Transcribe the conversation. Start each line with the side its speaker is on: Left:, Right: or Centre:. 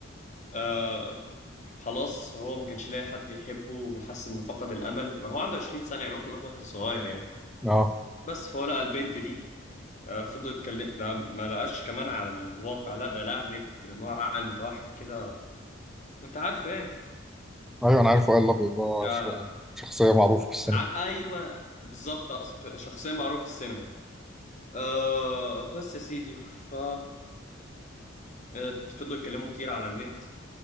Left: آه خلاص هو ما كانش لاقي حد يحبه وحس إنه فقد الأمل وهو عنده 20 سنة يعني هو في الأول وفي الآخر صغير يعني
Centre: اه
Left: بس فهو لقى البنت دي آه فضل يتكلم ده ما لقاش كمان على الواقع لا ده لقى على النت لأن هو عقل متوحد كده أنت عارفه يعني
Centre: ايوه انا عارف وائل الابيض ده
Left: آه
Centre: ش- شخصيه معروفه في السينما
Left: عم أيوه بالظبط أقصد- شخصية معروفة في السينما آه بس يا سيدي ف آه، فضلوا يتكلموا كتير على النت